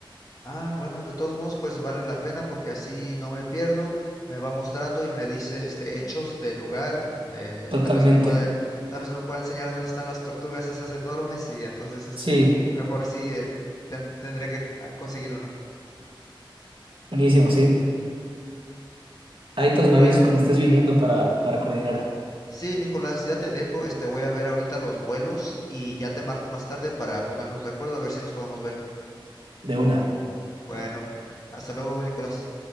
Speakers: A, on the left (about 45°); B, on the right (about 75°).
A: Ah, bueno, de todos modos, pues vale la pena porque así no me pierdo. Me va mostrando y me dice, este, hechos del lugar. Me,
B: Totalmente.
A: tal vez me pueda, tal vez me pueda enseñar dónde están las tortugas esas enormes y entonces, este,
B: Sí,
A: mejor sí, eh, ten- tendré que ah, conseguir uno.
B: buenísimo, sí. Ahí todos
A: Bueno.
B: me avisas cuando estés viniendo para, para coordinar.
A: Sí, Nicolás, ya te dejo. Este, voy a ver ahorita los vuelos y ya te marco más tarde para ponernos de acuerdo a ver si nos podemos ver.
B: De una.
A: Bueno, hasta luego, Nicolás.